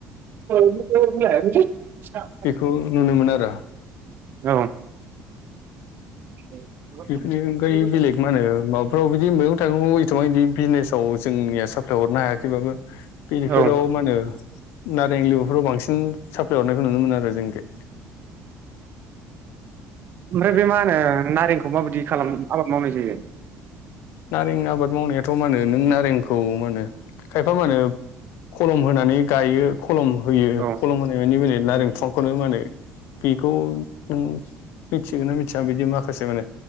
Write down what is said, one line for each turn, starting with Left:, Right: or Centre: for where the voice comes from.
Right: <unintelligible>
Left: बेखौ नुनो मोनो आरो
Right: औ। <inaudible>
Left: बेफोरनि
Right: औ
Left: अनगायै बेलेग मा होनो माबाफ्राव बिदि मैगं थाइगं एसेबां बिदि बिजनेसाव जोंनि साल्फाय हरनो हाया खैबाबो बेफोराव
Right: औ
Left: मा होनो नारें लिबुफोराव बांसिन साप्लाइहरनाय खो नुनो मोनो आरो जोंनिखि।
Right: ओमफ्राय बे मा होनो नारेंखौ माबायदि खालामना आबाद मावनाय जायो?
Left: नारें आबाद मावनायाथ' मा होनो नों नारेंखौ मा होनो खायफा मा होनो खलम होनानै गायो खलम होयो
Right: औ
Left: खलम होनाय मानि माने नारें बिफांखौनो माहोनो बेखौ नों मिथिगोन ना मिथिया बिदि माखासे माने